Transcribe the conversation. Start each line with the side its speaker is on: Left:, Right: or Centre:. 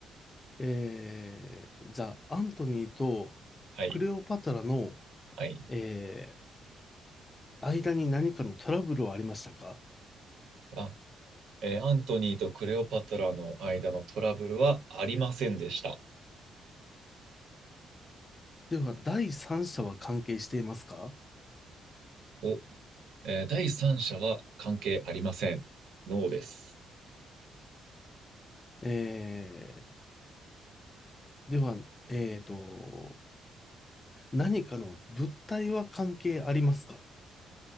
Left: えー、じゃあ、アントニーとクレオパトラの、
Right: はい。はい。
Left: えー、間に何かのトラブルはありましたか
Right: あえーアントニーとクレオパトラの間のトラブルはありませんでした。
Left: では、第三者は関係していますか
Right: お、えー第三者は関係ありません。ノーです。
Left: えー、では、えーと、何かの物体は関係ありますか